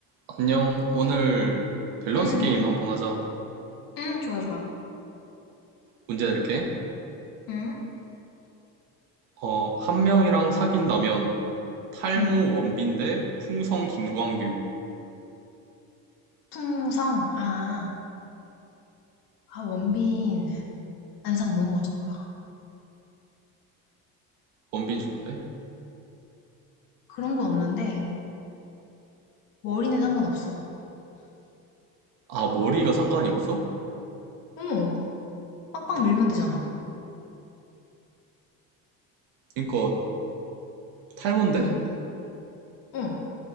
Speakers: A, on the right; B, on the left.
A: 안녕. 오늘 밸런스
B: 응,
A: 게임 한번 하자.
B: 응, 좋아, 좋아.
A: 문제 낼게.
B: 응,
A: 어, 한 명이랑 사귄다면 탈모
B: 응.
A: 원빈 대 풍성 김광규.
B: 풍성, 아, 아, 원빈, 안상 너무 멋있더라.
A: 원빈 좋아해?
B: 그런 건 없는데, 머리는 상관없어.
A: 아, 머리가 상관이 없어?
B: 어 빡빡 밀면 되잖아.
A: 그러니까 탈모인데?
B: 응, 응.